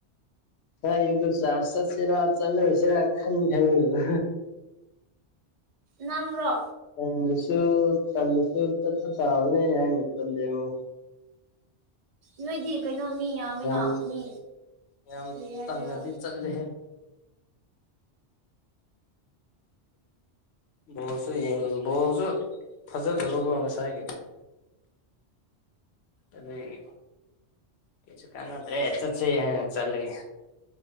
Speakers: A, on the left (about 70°); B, on the right (about 50°).
A: ꯍꯣꯏ ꯑꯌꯨꯛꯇ ꯆꯔꯁ ꯆꯠꯁꯤꯔꯥ ꯆꯠꯂꯔꯣꯏꯁꯤꯔꯥ ꯈꯟꯗꯤ ꯈꯟꯕꯅꯦꯕ
B: ꯅꯪꯔꯣ
A: ꯑꯃꯨꯁꯨ ꯇꯜꯂꯁꯨ ꯆꯠꯄ ꯇꯥꯕꯅꯦ ꯍꯥꯏꯅ ꯈꯟꯕꯩ ꯑꯃꯨꯛ
B: ꯅꯣꯏꯗꯤ ꯀꯩꯅꯣ ꯃꯤ ꯌꯥꯝꯃꯤꯅ
A: ꯌꯥꯝ
B: ꯃꯤ
A: ꯌꯥꯝ
B: ꯀꯔꯤ ꯍꯥꯏꯗꯣꯏꯔꯣ
A: ꯇꯟꯅꯗꯤ ꯆꯠꯂꯦꯍꯦ <inaudible> ꯕꯣꯜꯁꯨ ꯌꯦꯡ ꯕꯣꯜꯁꯨ ꯐꯖꯗꯕꯒꯨꯝ ꯉꯁꯥꯏꯒꯤꯗꯣ <inaudible> ꯑꯗꯩꯒꯤ ꯀꯩꯁꯨ ꯀꯥꯅꯗ꯭ꯔꯦ ꯆꯠꯁꯦ ꯍꯥꯏꯅ ꯆꯠꯂꯒꯦ